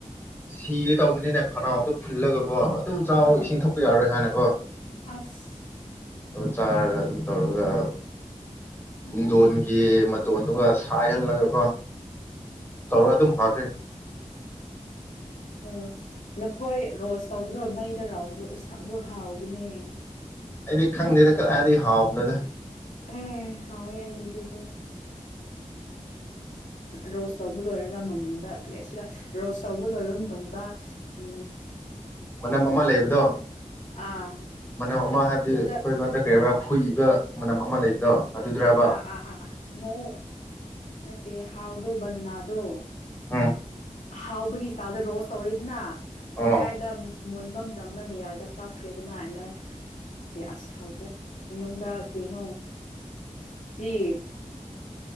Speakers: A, on the left; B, on the left.
A: ꯁꯤꯒꯦ ꯇꯧꯕꯅꯤꯅꯦ ꯈꯅꯥꯎꯗꯣ ꯐꯨꯜꯂꯒꯀꯣ ꯑꯗꯨ ꯆꯥꯎꯥꯛ
B: ꯑꯥ
A: ꯏꯁꯤꯡ ꯊꯛꯄ ꯌꯥꯔꯣꯏ ꯍꯥꯟꯅꯀꯣ
B: ꯑꯁ
A: ꯑꯗꯨ ꯆꯥꯔꯒ ꯑꯗꯨꯝ ꯇꯧꯔꯒ
B: ꯎꯝ
A: ꯇꯨꯡꯗꯣꯟꯒꯤ ꯃꯇꯣꯟꯗꯨꯒ ꯁꯥꯏꯍꯜꯂꯒꯀꯣ ꯑꯗꯨꯝ ꯐꯥꯈ꯭ꯔꯦ
B: ꯑ ꯂꯐꯣꯏ ꯔꯣꯁ ꯀꯧꯕꯗꯣ ꯃꯩꯗ ꯔꯥꯎꯕꯗꯣꯁ ꯑꯣ ꯍꯥꯎꯕꯅꯦ
A: ꯑꯩꯗꯤ ꯈꯪꯗꯦꯗ ꯀꯗꯥꯏꯗꯤ ꯍꯥꯎꯕꯅꯣꯗ
B: ꯑꯦ ꯍꯥꯎꯏ ꯍꯥꯏꯒꯦꯗꯤ ꯔꯣꯁ ꯇꯧꯕ ꯂꯣꯏꯔꯒ ꯃꯅꯨꯡꯗ ꯀ ꯁꯤꯔ ꯔꯣꯁ ꯇꯧꯕ ꯂꯣꯏꯔꯕ ꯃꯇꯨꯡꯗ ꯎ
A: ꯃꯅꯝ ꯑꯃ ꯂꯩꯕꯗꯣ
B: ꯑꯥ
A: ꯃꯅꯝ ꯑꯃ ꯍꯥꯏꯕꯗꯤ
B: ꯑꯗꯨꯗ
A: ꯑꯩꯈꯣꯏ ꯂꯣꯟꯗ ꯀꯔꯤꯔꯤꯕ꯭ꯔꯥ ꯍꯨꯏ ꯑꯗꯨ ꯗ ꯃꯅꯝ ꯑꯃ ꯂꯩꯕꯗꯣ ꯑꯗꯨꯗ꯭ꯔꯕ
B: ꯑꯥ ꯑꯥ ꯑꯥ ꯑ ꯅꯣ ꯃꯠꯇꯦ ꯍꯥꯎꯗꯣ ꯟꯅꯥꯗꯣ
A: ꯎꯝ
B: ꯍꯥꯎꯕꯒꯤ ꯏꯁꯇꯥꯏꯜꯗ ꯔꯣꯁ ꯇꯧꯔꯦꯅꯤꯅ ꯃꯤꯌꯥꯏꯗ
A: ꯎꯝ ꯑꯣ
B: ꯃꯨꯟꯕ ꯃꯇꯝꯅ ꯃꯦꯌꯥꯏꯗ ꯀꯛꯈ꯭ꯔꯦꯗꯅ ꯑꯦꯟ ꯗꯟ ꯆꯦ ꯑꯁ ꯍꯧꯈ꯭ꯔꯦ ꯃꯅꯨꯡꯗ ꯀꯩꯅꯣ <unintelligible>